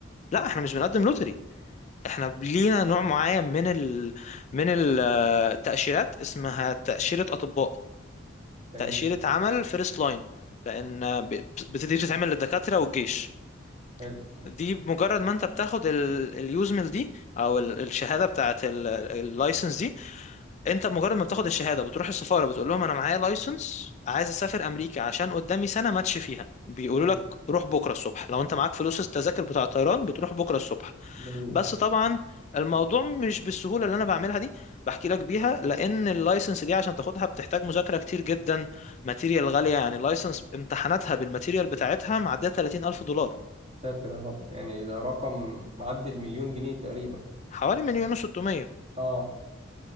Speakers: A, on the left (about 35°); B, on the right (about 35°).
A: لا احنا مش بنقدم لوتري احنا لينا نوع معين من ال... من ال- التاشيرات اسمها تاشيره اطباء
B: جميل
A: تاشيره عمل فيرست لاين لان ب- بت- دي بتتعمل للدكاتره والجيش
B: حلو
A: دي مجرد ما انت بتاخد اليوزمل دي او ال- الشهاده بتاعت اللايسنس انت مجرد ما بتاخد الشهاده بتروح السفاره بتقول لهم انا معايا لايسنس عايز اسافر امريكا عشان قدامي سنه ماتش فيها بيقولوا
B: امم
A: لك روح بكره الصبح لو انت معاك فلوس التذاكر بتاع الطيران بتروح بكره الصبح
B: جميل
A: بس طبعا الموضوع مش بالسهوله اللي انا بعملها دي بحكي لك بيها لان اللايسنس دي عشان تاخدها بتحتاج مذاكره كتير جدا ماتيريال غاليه يعني اللايسنس امتحاناتها بالماتيريال بتاعتها معديه 30000 دولار
B: ساتر يا رب يعني ده رقم معدي المليون جنيه تقريبا
A: حوالي مليون و600
B: اه